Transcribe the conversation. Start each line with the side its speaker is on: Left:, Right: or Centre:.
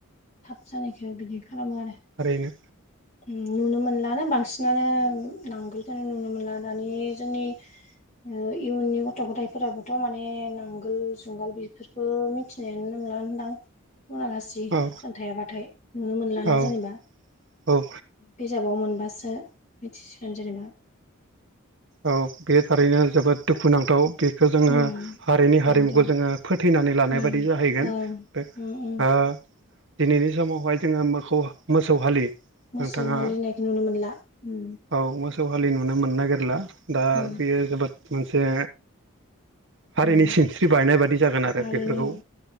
Left: थाब जानायखौ बिदि खालामो आरो
Right: आरोैनो
Left: नुनो मोनलानो बांसिनानो नांगोलखौनो नुनो मोनला दानि जोंनि इयुननि गथ' गथायफोराबोथ' माने नांगोल जुंगाल बेफोर बेखौ मिथिनाय नंला होनदां बुंङालिसिग बिदि
Right: औ
Left: खोन्थायाबाथाय नुनो मोनलाना
Right: औ
Left: जेनेबा।
Right: औ।
Left: बिजाबाव मोनबासो मिथिसिगोन जेनेबा।
Right: औ बे थारैनो जोबोद दुखुुनांथाव बेखौ जोङो
Left: उम ओंखायनोथ'
Right: हारिनि हारिमुखौ जोङो। फोथैनानै लानाय
Left: उम
Right: बायदि जाहैगोन
Left: ओं
Right: दिनैनि
Left: उम उम
Right: बे समावहाय जोङो मो मोसौ हालि
Left: मोसौ
Right: नोंथाङा
Left: हालिनायखौ नुनो मोनला उम
Right: औ मोसौ हलि नुनो मोननो नागिरला दा
Left: उम
Right: बेयो जोबोद मोनसे हारिनि
Left: उम
Right: सिनस्रि बायनाय बायदि जागोन आरो
Left: हारिनि
Right: बेफोरखौ